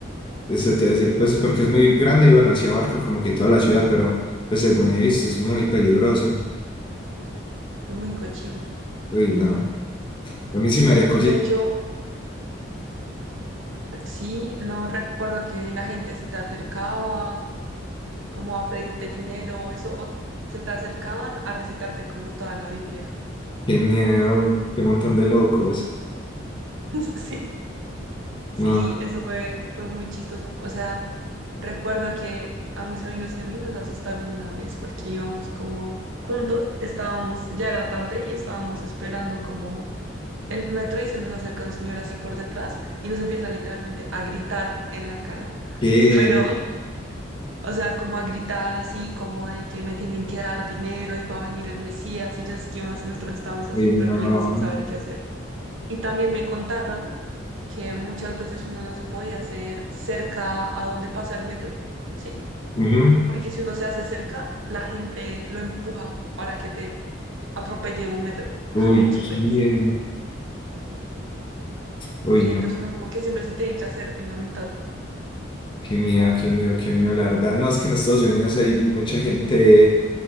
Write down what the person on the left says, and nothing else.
Eso te iba a decir, pues porque es muy grande y bueno, sí abarca como que toda la ciudad, pero pues según he visto es muy peligroso.
Uy, no. A mí sí me haría cosita.
Qué miedo, qué montón de locos.
No,
qué.
Uy,
no.
Ujú.
Uy,
qué.
Uy,
no.
Qué miedo, qué miedo, qué miedo, la verdad. No, es que en Estados Unidos hay mucha gente